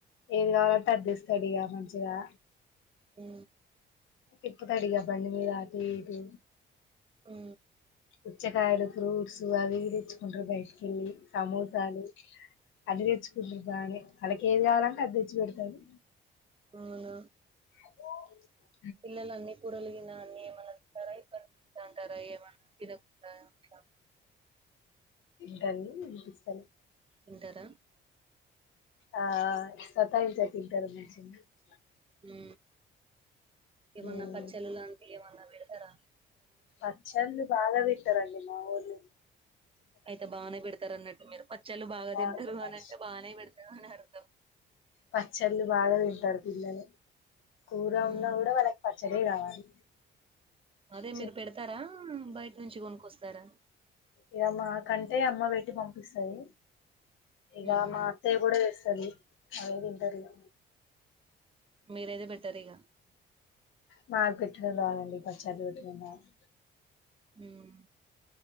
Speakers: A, on the left; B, on the right.
A: ఏది కావాలంటే అది తెస్తాడిగా మంచిగా
B: హు
A: తిప్పుతడిగా బండి మీద అటు ఇటు
B: హు
A: పుచ్చకాయలు ఫ్రూట్స్సు అవి ఇవి తేచ్చుకుంటరు బైటికి లిల్లీ సమోసాలు అన్ని తెచ్చుకుంటుండ్రు బానే వాళ్ళకిేది కావాలంటే అది తెచ్చి పెడతాడు
B: అవునా
A: <unintelligible>
B: పిల్లలు అన్నీ కూరలు గిన అన్నిీ ఏమనా తింటారా ఎం ఇబ్బంది పెడతా ఉంటారా ఏమన్నా తినకుండా ఇంట్ల
A: దాన్ని వినిపిస్తను
B: ఉంటారా
A: ఆ.. ఆ సతాయించే తింటారు నిన్ <unintelligible>
B: హు ఏమన్నా
A: ఉమ్,
B: పచ్చళ్ళలం ఏమన్న పెడుతరా
A: పచ్చళ్ళు బాగా వె తరండి మా ఓళ్ళు
B: అయితే బానే పెడతారు అన్నట్టు మీరు, పచ్చళ్ళు బాగా
A: మామిడికాయ
B: తింటరు
A: పచ్చ
B: అని అంటే బానే పెడతారు అని అర్థం
A: పచ్చళ్ళు బాగా తింటారు పిల్లలు కూర
B: ఉమ్
A: ఉన్నా కూడా వాళ్ళకి పత్ చరీ కావాలి అ
B: తే మీరు పెడతారా బయట నుంచి కొనుక్కొస్తారా
A: ఇగ మా కంటే అమ్మ పెట్టి పం పిస్తది ఇగ
B: ఉహు
A: మా అత్తయ్య కూడా తెస్తది అవే తింటరు ఇగ
B: మీరా దే బెట్టర్ ఇగ
A: మాక్ పెెట్టడం రాదండి పచ్చాళ్ళ్ పెట్టడం రాద్
B: హ్మ్